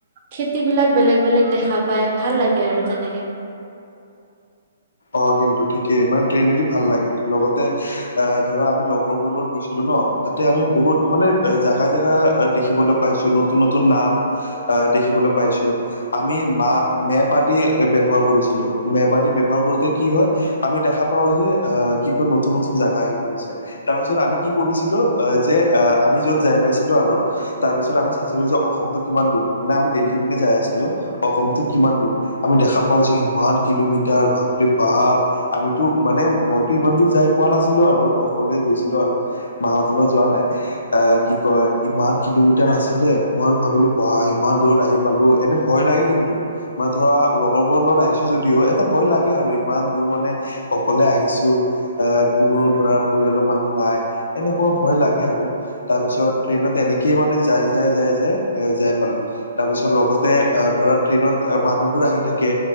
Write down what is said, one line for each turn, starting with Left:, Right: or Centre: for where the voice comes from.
Right: খেতি বিলাক বেলেগ বেলেগ দেখা পায় ভাল লাগে আৰু তেনেকে
Left: অ কিন্তু ঠিকেই মানে ট্ৰেইনেদি ভাল লাগে লগতে এ ধৰা আমি লগৰবোৰ লগত গৈছিলো ন তাতে আমি বহুত মানে জেগা জেগা দেখিবলৈ পাইছো নতুন নতুন নাম আহ দেখিবলৈ পাইছো আমি মা মেপ আদি ব্যৱহাৰ কৰিছিলো মেপ আদি ব্যৱহাৰ কৰি তে কি হয় আমি দেখা পাওঁ যে আহ কি কয় নতুন নতুন যাগা আহি পৰিছে তাৰ পিছত আমি কি কৰিছিলো আ যে আ আমি য'ত যায় পাইছিলো আৰু তাৰ পিছত আমি চাইছিলো যে অসমটো কিমান দূৰ মানে আমি দিল্লীৰ পিনে যায় আছিলো অসমটো কিমান দূৰ আমি দেখা পাওঁ যে ইমান কিলোমিটাৰ বাপ বাহ আমিতো মানে মইতো ইমান দূৰ যাই পোৱা নাছিলো আৰু অকলে গৈছিলো আৰু মা হতৰ লগত যোৱা নাই এ কি কয় ইমান কিলোমিটাৰ আছিলে মই আৰু ভাবিলো বাহ ইমান দূৰত আহি পালো এনে ভয় লাগে কিন্তু মানে ধৰা লগৰবোৰৰ লগত আহিছো যদিও এটা ভয় লাগে কি আৰু ইমান দূৰ মানে অকলে আহিছো অহ কোনো ধৰা পৰিয়ালৰ মানুহ নাই এনেকোৱা ভয় লাগে আৰু তাৰপিছত ট্ৰেইনত এনেকেই মানে যাই যাই যাই যাই যাই পালো তাৰপিছত লগতে ধৰা ট্ৰেইনত মানুহবোৰ আহি থাকে